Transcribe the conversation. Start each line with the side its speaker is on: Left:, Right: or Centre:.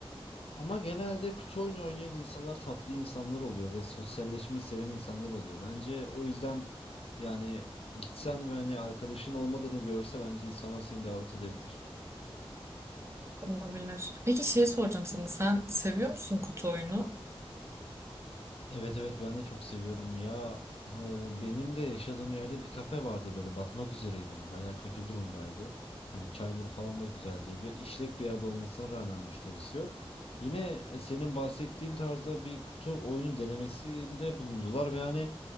Left: Ama genelde kutu oyunu oynayan insanlar tatlı insanlar oluyor ve sosyalleşmeyi seven insanlar oluyor. Bence o yüzden yani gitsen ve hani arkadaşın olmadığını görse bence insanlar seni davet edebilir.
Right: Olabilir. Peki şey soracağım sana. Sen seviyor musun kutu oyunu?
Left: Evet evet ben de çok seviyorum ya. e, Benim de yaşadığım yerde bir kafe vardı böyle batmak üzereydi hani bayağı kötü durumdaydı. Hani çayları falan da güzel değil ve işlek bir yerde olmasına rağmen müşterisi yok. Yine e, senin bahsettiğin tarzda bir kutu oyunu denemesinde bulundular ve hani